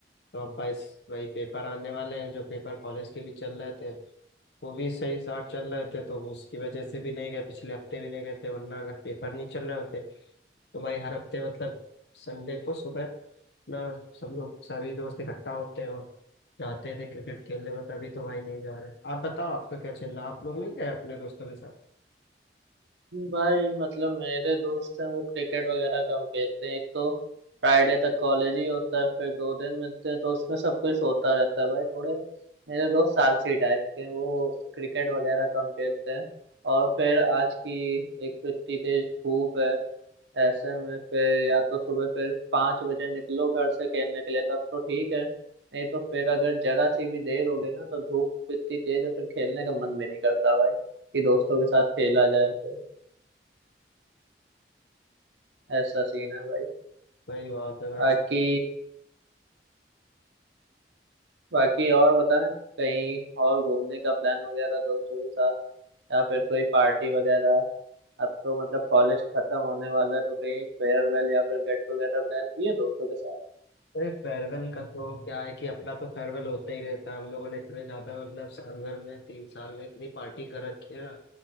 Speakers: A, on the left (about 70°); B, on the right (about 85°).
A: तो अब भाई भाई पेपर आने वाले हैं जो पेपर कॉलेज के भी चल रहे थे वो भी सही साथ चल रहे थे तो उसकी वजह से भी नहीं गए पिछले हफ्ते भी नहीं गए थे वरना अगर पेपर नहीं चल रहे होते तो भाई हर हफ्ते मतलब संडे को सुबह ना सब लोग सभी दोस्त इकट्ठा होते हैं और जाते थे क्रिकेट खेलने में तभी तो भाई नहीं जा रहे आप बताओ आपका क्या चल रहा आप लोग नहीं गए अपने दोस्तों के साथ
B: भाई मतलब मेरे दोस्त हैं वो क्रिकेट वगैरह कम खेलते हैं एक तो फ्राइडे तक कॉलेज ही होता है फिर दो दिन मिलते हैं तो उसमें सब कोई सोता रहता है भाई थोड़े मेरे दोस्त आलसी टाइप के हैं वो क्रिकेट वगैरह कम खेलते हैं और फिर आज की एक तो इतनी तेज धूप है ऐसे में फिर या तो सुबह फिर पाँच बजे निकलो घर से खेलने के लिए तब तो ठीक है नहीं तो फिर अगर जरा सी भी देर हो गई ना तो धूप इतनी तेज है फिर खेलने का मन भी नहीं करता भाई कि दोस्तों के साथ खेला जाए फिर ऐसा सीन है भाई
A: वही बात है भाई
B: बाकी बाकी और बताएं कहीं और घूमने का प्लान वगैरह दोस्तों के साथ या फिर कोई पार्टी वगैरह अब तो मतलब कॉलेज खत्म होने वाला है तो कहीं फेयरवेल या फिर गेट टुगेदर प्लान किए दोस्तों के साथ
A: अरे फेयरवेल का तो क्या है कि अपना तो फेयरवेल होता ही रहता है हम लोगों ने इतने ज्यादा मतलब साल भर में तीन साल में इतनी पार्टी कर रखी है ना